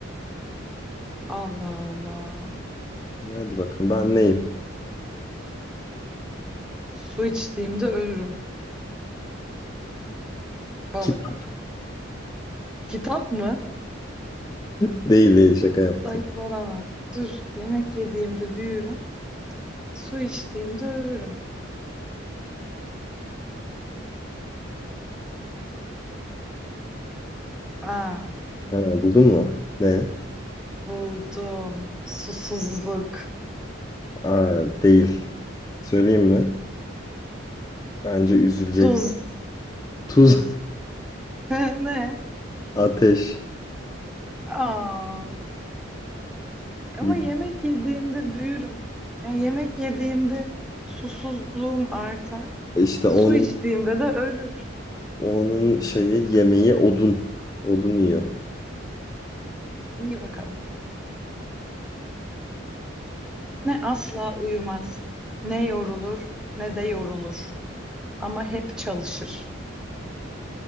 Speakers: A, in the centre; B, on the left.
A: Allah Allah.
B: Hadi bakalım ben neyim?
A: Su içtiğimde ölürüm. Balık.
B: Kitap
A: Kitap mı?
B: değil değil şaka yaptım.
A: Saçmalama. Dur. Yemek yediğimde büyürüm. Su içtiğimde ölürüm. Aa,
B: Ha, buldun mu? Ne?
A: buldum. Susuzluk.
B: Aa, değil. Söyleyeyim mi? Bence üzülecek.
A: Tuz.
B: Tuz.
A: <laughs> Ne?
B: <laughs> Ateş.
A: Aa, ama
B: Bir-
A: yemek yediğimde büyürüm. Yani yemek yediğimde susuzluğum artar.
B: İşte
A: Su
B: onun
A: içtiğimde de ölür.
B: onun şeyi yemeği odun. Odun yiyor.
A: İyi bakalım. Ne asla uyumaz, ne yorulur, ne de yorulur. Ama hep çalışır.